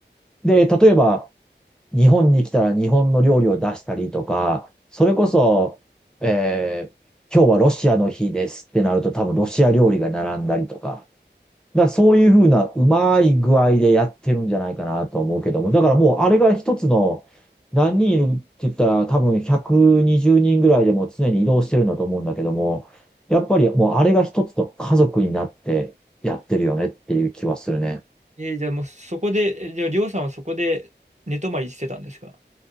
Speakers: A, in the centre; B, on the right.
A: で、例えば日本に来たら日本の料理を出したりとか、それこそ、えー今日はロシアの日ですってなると多分ロシア料理が並んだりとか。だからそういうふうなうまい具合でやってるんじゃないかなと思うけども。だからもうあれが一つの何人いるって言ったら多分120人ぐらいでも常に移動してるんだと思うんだけども、やっぱりもうあれが一つの家族になってやってるよねっていう気はするね。
B: えーじゃあもうそこで、えじゃありょうさんはそこで寝泊まりしてたんですか